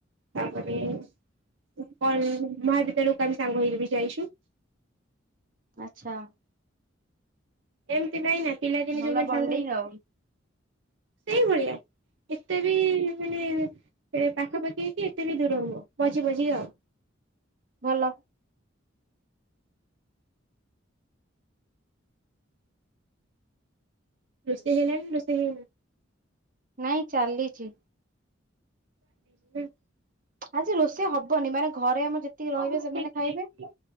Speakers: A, on the right; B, on the right.
A: ତାପରେ ପଳି ମହାବିଦ୍ୟାଳୟକୁ ଆମେ ସାଙ୍ଗ ହେଇକି ବି ଯାଇଛୁ।
B: ଆଚ୍ଛା।
A: ଏମିତି ନାଇଁ ନା ପିଲାଦିନେ
B: ଭଲ
A: ଯୋଉମାନେ
B: ବଣ୍ଡିଙ୍ଗ
A: ସାଙ୍ଗ ହେଇଥିବେ।
B: ଆଉ
A: ସେଇଭଳିଆ। ଏତେ ବି ମାନେ ଏ ପାଖାପାଖି କି ଏତେ ବି ଦୂର ନୁହଁ ମଝି ମଝି ଆଉ।
B: ଭଲ।
A: ରୋଷେଇ ହେଲାଣି, ରୋଷେଇ ହେଇନି?
B: ନାଇଁ ଚାଲିଚି।
A: <inaudible>
B: ଆଜି ରୋଷେଇ ହବନି, ମାନେ ଘରେ ଆମର ଯେତିକି ରହିବେ
A: ହଉ
B: ସେମାନେ
A: ଠିକ
B: ଖାଇବେ।
A: ଠିକ ଠିକ